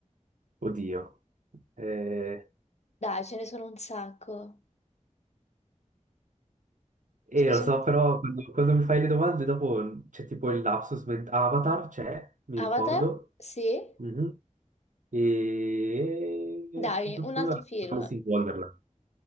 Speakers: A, on the right (about 85°); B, on the left (about 60°).
A: Oddio. Eh,
B: Dai, ce ne sono un sacco.
A: eh,
B: Ce ne
A: lo
B: sono.
A: so, però quando, quando mi fai le domande dopo c'è tipo il lapsus ment- Avatar c'è, mi
B: Avatar?
A: ricordo.
B: Sì?
A: Mhm. E...
B: Dai,
A: pu- pu-
B: un
A: pu-
B: altro film.
A: Alice in Wonderland.